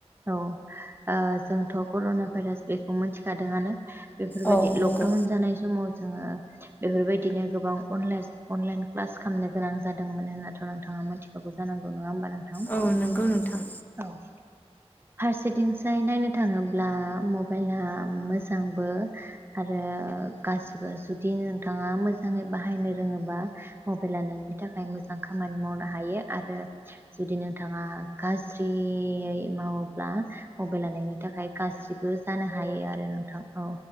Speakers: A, on the right; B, on the left.
A: औ ओ जोंथ कर'ना भाइरास बेखौ मिथिखादोंआनो बेफोरबायदि
B: औ नंगौ
A: लकडाउन जानाय समाव जोङो बेफोरबायदिनो गोबांला अनलाइन क्लास खालामनो गोनां जादोंमोन होन्थ' नोंथाङा मोनथिखागौ जानांगौ नङा होमबान नोंथां
B: औ नंगौ नोंथां
A: औ फारसेथिंसाय नायनो थाङोब्ला मबाइला मोजांबो आरो गाज्रिबो जुदि नोंथाङा मोजाङै बाहायनो रोङोबा मबाइला नोंनि थाखाय मोजां खामानि मावनो हायो आरो जुदि नोंथाङा गाज्रियै मावोब्ला मबाइल लानायनि थाखाय गासिबो जानो हायो आरो नोंथां औ